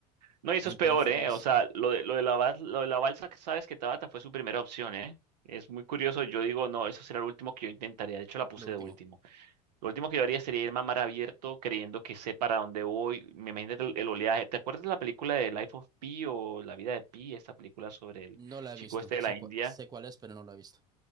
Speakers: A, on the right (about 80°); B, on the right (about 20°).
A: No, y eso
B: Entonces,
A: es peor, ¿eh? O sea, lo de, lo de la, bal- lo de la balsa, que sabes que Tabata fue su primera opción, ¿eh? Es muy curioso. Yo digo, no, eso será el último que yo intentaría. De hecho, la puse
B: lo último,
A: de último. Lo último que yo haría sería ir a mar abierto creyendo que sé para dónde voy. Me imagino el, el oleaje. ¿Te acuerdas de la película de Life of Pi o La vida de Pi? Esta película sobre el
B: no la he
A: chico
B: visto.
A: este de
B: Sé,
A: la India.
B: cua- sé cuál es, pero no la he visto.